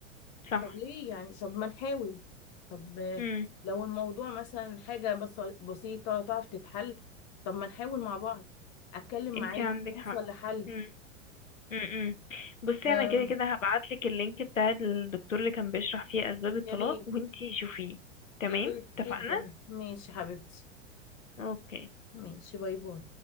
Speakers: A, on the left; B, on the left.
A: صح
B: طب ليه يعني طب ما نحاول طب آه،
A: امم
B: لو الموضوع مثلا حاجة بس بسيطة تعرف تتحل طب ما نحاول مع بعض أتكلم
A: انتي
B: معاك
A: عندك
B: نوصل
A: حق
B: لحل
A: امم امم بصي
B: آه،
A: انا كده كده هبعتلك اللينك بتاع الدكتور اللي كان بيشرح فيه اسباب الطلاق
B: يا ريت
A: وانتي شوفيه تمام
B: يا ريت جدا
A: اتفقنا
B: ماشي حبيبتي
A: اوكي
B: ماشي باي باي